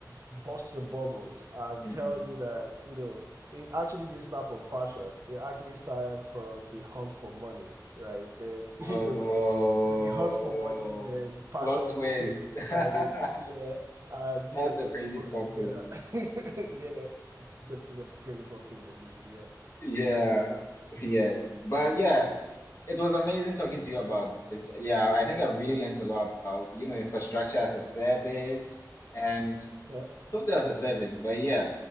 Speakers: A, on the right; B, on the left.
A: bust your bubbles and
B: hmm
A: tell you that, you know, it actually didn't start from passion. It actually started from the hunt for money, right? Then, <laughs>
B: Whoa.
A: you know, when the hunt for money, then passion
B: Plot twist.
A: came inside
B: <laughs>
A: it. Yeah. And, you
B: That's
A: know, it
B: a crazy
A: all
B: plot
A: works together.
B: twist.
A: <laughs> Yeah. It's a, it's a crazy plot to it indeed. Yeah.
B: Yeah. Yes. But yeah, It was amazing talking to you about this. Yeah, I think I've really learned a lot about, you know, infrastructure as a service and
A: Yeah.
B: software as a service. But yeah,